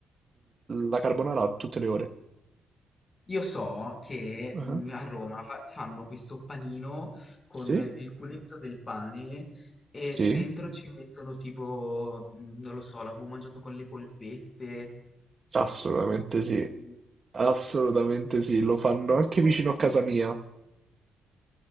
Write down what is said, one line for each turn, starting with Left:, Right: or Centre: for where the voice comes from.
Right: la carbonara tutte le ore.
Left: Io so che
Right: Ah,
Left: mm, a Roma fa- fanno questo panino con
Right: Sì?
Left: il culetto del pane e
Right: Sì?
Left: dentro ci mettono tipo, mm, non lo so, l'avevo mangiato con le polpette.
Right: Assolutamente sì,
Left: Mm,
Right: assolutamente sì, lo fanno
Left: Non
Right: anche
Left: ricordo.
Right: vicino a casa
Left: come
Right: mia.
Left: si chiama,